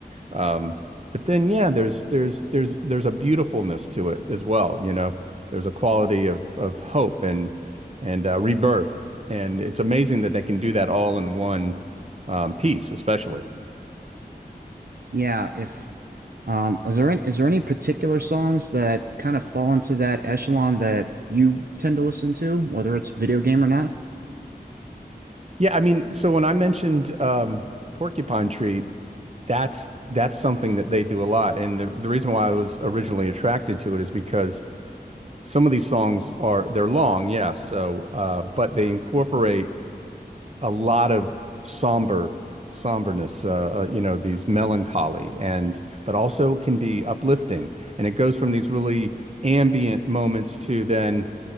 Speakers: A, on the right; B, on the right.
A: Um, but then, yeah, there's there's there's there's a beautifulness to it as well. You know, there's a quality of of hope and and uh, rebirth. And it's amazing that they can do that all in one um, piece, especially.
B: Yeah, if um is there any, is there any particular songs that kind of fall into that echelon that you tend to listen to, whether it's video game or not?
A: Yeah, I mean, so when I mentioned um, porcupine tree, that's that's something that they do a lot, and the the reason why I was originally attracted to it is because some of these songs are they're long, yes, so uh, but they incorporate a lot of somber somberness, uh, uh, you know, these melancholy and but also can be uplifting, and it goes from these really ambient moments to then